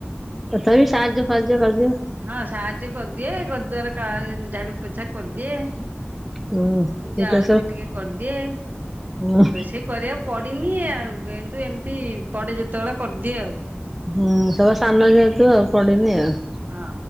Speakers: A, in the centre; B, on the right.
A: ତଥାବି ସାହାଯ୍ୟ ଫାହାଯ୍ୟ କରିଦିଅ।
B: ହଁ ସାହାଯ୍ୟ କରିଦିଏ ଘରଦୁଆର କାର ଝାଡୁଉପୋଛା କରିଦିଏ।
A: ହୁଁ
B: ପୂଜା
A: ଏଇତ
B: ଆଳତି
A: ସବୁ
B: ଟିକେ କରିଦିଏ।
A: ହୁଁ।
B: ରୋଷେଇ, କରିବାକୁ ପଡ଼ିନି ଆଉ, ଏନ୍ତୁ ଏମିତି ପଡ଼େ ଯେତେବେଳେ କରିଦିଏ ଆଉ,
A: ହୁଁ, ସବୁ ସାନ ଯେହେତୁ ଆଉ ପଡିନି ଆଉ।
B: ହଁ